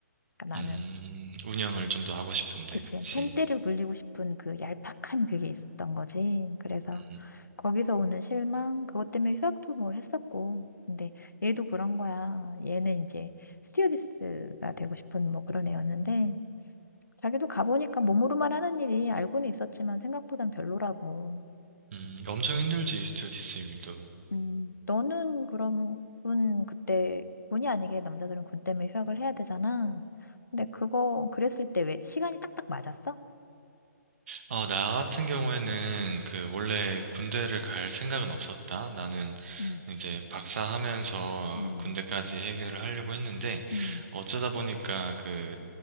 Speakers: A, on the left; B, on the right.
A: 그러니까 나는
B: 음, 음, 운영을 좀 더 하고 싶은데,
A: 그치
B: 그치.
A: 펜대를 굴리고 싶은 그 얄팍한 그게 있었던 거지. 그래서
B: 음,
A: 거기서 오는 실망 그것 때문에 휴학도 뭐 했었고 근데 얘도 그런 거야. 얘는 이제 스튜어디스가 되고 싶은 뭐 그런 애였는데 자기도 가보니까 몸으로만 하는 일이 알고는 있었지만 생각보단 별로라고.
B: 음, 엄청 힘들지, 스튜어디스 일도.
A: 음, 너는 그럼 군 그때 군이 아니게 남자들은 군 때문에 휴학을 해야 되잖아. 근데 그거 그랬을 때 왜 시간이 딱딱 맞았어?
B: 어, 나 같은 경우에는 그 원래 군대를 갈 생각은 없었다. 나는
A: 음,
B: 이제 박사하면서
A: 음,
B: 군대까지 해결을 하려고 했는데
A: 음,
B: 어쩌다 보니까 그